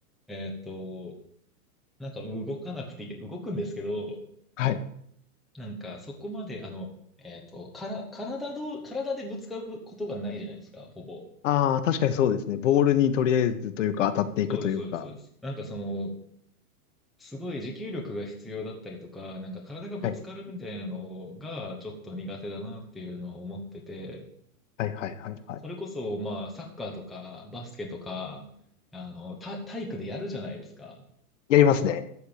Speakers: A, in the centre; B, on the left.
A: えっと、なんか動かなくていい、動くんですけど、
B: はい。
A: なんか、そこまで、あの、えっと、から、体どう、体でぶつかることがないじゃないですか、ほぼ。
B: ああ、確かにそうですね。ボールにとりあえずというか当たっていくというか。
A: そうです、そうです、そうです。なんかその、すごい持久力が必要だったりとか、なんか体がぶつかるみたいなのがちょっと苦手だなっていうのを思ってて、
B: はい。はいはいはいはい。
A: それこそ、まあ、サッカーとか、バスケとか、あの、た体育でやるじゃないですか。
B: やりますね。